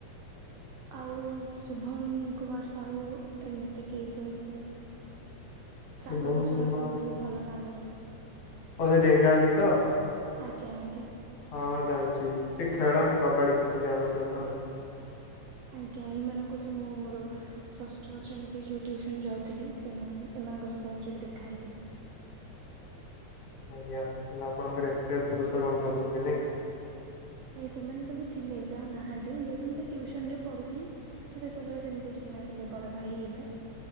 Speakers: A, on the right (about 80°); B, on the left (about 65°).
A: ଆଉ ଶୁଭମ କୁମାର ସାହୁ ଏମତିକି ଶୁଣିଥିବେ। ସାଗର
B: ଶୁଭମ
A: ବିଶ୍ୱାଳଙ୍କ
B: କୁମାର
A: ହିଁ ବୋହୁତ ଭଲ ସାଙ୍ଗ ସିଏ।
B: ହଉ ସେ ଡେଙ୍ଗା ହେଇକି ତ।
A: ଆଜ୍ଞା ଆଜ୍ଞା।
B: ହଁ ଜାଣିଛି ସେ ଖେଳନ୍ତି କବାଡି ଖେଳନ୍ତି ଆମ ସହିତ।
A: ଆଜ୍ଞା ଏଇମାନଙ୍କ ସ ମୁଁ ମୋର ଷଷ୍ଠ ଶ୍ରେଣୀରେ ଯୋଉ ଟିଉସନ ଯାଉଥିଲି ସେମାନଙ୍କୁ ଏମାନଙ୍କ ସହ ସବୁ ମୁଁ ସେଠି ଦେଖା ହେଇଥିଲି।
B: ଆଜ୍ଞା ତାହେଲେ ଆପଣଙ୍କର ଏତେ ପୁରୁଷ ବନ୍ଧୁ ଅଛନ୍ତି ନାଇଁ କି।
A: ଆଜ୍ଞା ସେମାନେ ସବୁ ଥିଲେ ଏବେ ଆଉ ନାହାନ୍ତି ଯେହେତୁ ମୁଁ ସେ ଟଉସନ ରେ ପଢୁଥିଲି। ତ ସେତେବେଳେ ସେମିତି ଚିହ୍ନା ଥିଲେ ବଡ ଭାଇ ହେବେ।